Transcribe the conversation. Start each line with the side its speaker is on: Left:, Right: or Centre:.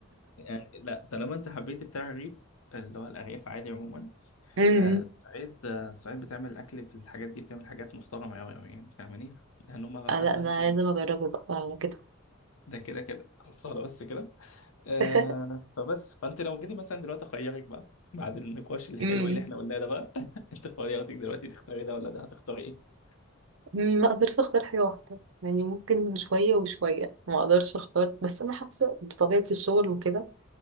Left: يعني لا طالما انت حبيتي بتاع الرغيف اللي هو الارياف عادي عموما
Right: <laughs> امم
Left: آه، الصعيد آه، الصعيد بتعمل اكل في الحاجات دي بتعمل حاجات محترمه قوي قوي يعني فاهماني لان هم بقى
Right: آه،
Left: فاهمه
Right: لا انا
Left: انت
Right: لازم اجربه بقى على كده
Left: ده كده كده خلصانه بس كده آه
Right: <laughs>
Left: فبس فانت لو جيتي مثلا دلوقتي اخيرك بقى بعد النقاش الحلو
Right: امم
Left: اللي احنا قلناه ده بقى <laughs> انت خيرتك دلوقتي تختاري ده ولا ده هتختاري ايه؟
Right: ما اقدرش اختار حاجة واحدة يعني ممكن شوية وشوية ما اقدرش اختار بس انا حاسة بطبيعة الشغل وكده